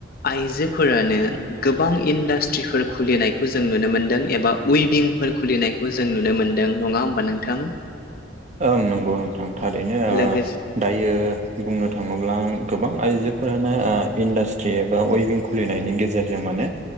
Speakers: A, on the left; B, on the right.
A: आइजोफोरानो गोबां इन्डास्ट्रिफोर खुलिनायखौ जों नुनो मोन्दों एबा उइभिंफोर खुलिनायखौ जों नुनो मोनदों नङा होमबा नोंथां?
B: ओं नंगौ नोंथां थारैनो ओ
A: लोगोसे
B: दायो बुंनो थाङोब्ला गोबां आइजोफोरानो ओ इन्डास्ट्रि एबा वेभिं खुलिनायनि गेजेरजों माने